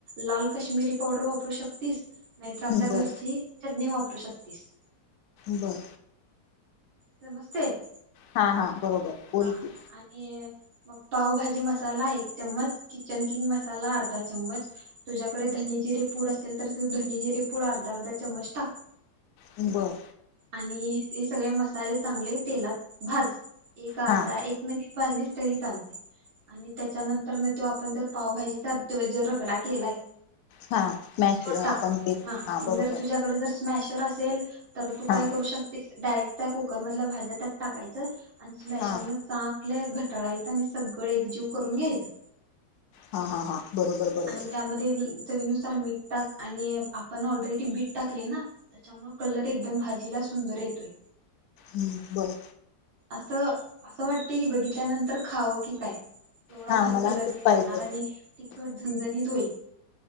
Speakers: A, on the right (about 80°); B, on the left (about 70°).
A: लाल कश्मीरी पावडर वापरू शकतीस. नाहीतर आपल्या
B: बर
A: घरची चटणी वापरू शकतीस.
B: बर.
A: समजतंय.
B: हा. हा. बरोबर बोल
A: हा
B: की
A: आणि मग. पावभाजी मसाला एक चम्मच. किचन किंग मसाला अर्धा चम्मच. तुझ्याकडे धनी-जिरे पूड असेल तर. तर धने. जिरे. पूड अर्धा अर्धा चमच टाक.
B: बर.
A: आणि हे सगळे मसाले चांगले तेलात भाज. एक अर्धा
B: हा
A: एक मिनिट. भाजलीस तरी चालतय. आणि त्याच्यानंतर न तो आपण जर पावभाजीचा जर रगडा केलाय.
B: हा मॅश
A: त्यो टाक.
B: आपण ते हा बरोबर
A: जर तुझ्याकड जर स्मॅशर असेल. तर तू
B: हा
A: काय करू शकतेस. डायरेक्ट त्या कुकर मधल्या भाज्या त्यात टाकायचं आणि स्मॅशरनं
B: हा
A: चा चांगल आपल घटाळायचं. आणि सगळं एकजीव करून घ्यायचं.
B: हा. हा. हा. बरोबर बरोबर
A: आणि त्यामध्ये. चवीनुसार मीठ टाक. आणि आपण ऑलरेडी बीट टाकले ना त्याच्यामुळे कलर एकदम भाजीला सुंदर येतोय.
B: हम्म बर.
A: असं असं वाटते की. बघितल्यानंतर खावं की काय. एवढा
B: हा
A: भारी
B: मला
A: कलर
B: असंच
A: येणार.
B: पाहिजे
A: आणि तिखट झनझणी होईल.